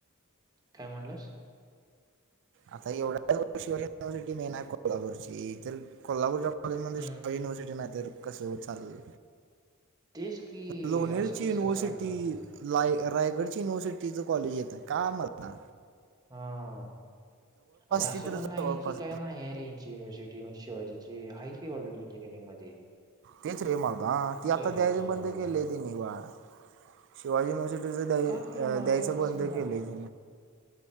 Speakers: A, on the right; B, on the right.
A: काय म्हणालास
B: आता एवढ्याच शिवाजी युनिव्हर्सिटी मेन आहे कोल्हापूरची तर कोल्हापूरच्या कॉलेजमध्ये
A: हम्म
B: शा युनिव्हर्सिटी नाहीतर कसं चाललं
A: तेच की
B: लोनेलची
A: असं कसं
B: युनिवर्सिटी
A: चालणार
B: लाय रायगडच्या युनिव्हर्सिटीचं कॉलेज येतं का मल्ला
A: हा आणि असं
B: ती तर
A: पण
B: जवळपास
A: नाही की काय नाही अरे यांची युनिव्हर्सिटी म्हणजे शिवाजीची हाय कि ऑलरडी इंजिअरिंग मध्ये
B: तेच रे मगदा ती
A: पहिल्यापासून
B: आता द्यायचे बंद
A: एवढे वर्ष
B: केलेय <unintelligible> शिवाजी युनिव्हर्सिटीचं द्या
A: का खरं मला
B: द्यायचं
A: काय तेच
B: बंद
A: समजा
B: केलंय <unintelligible>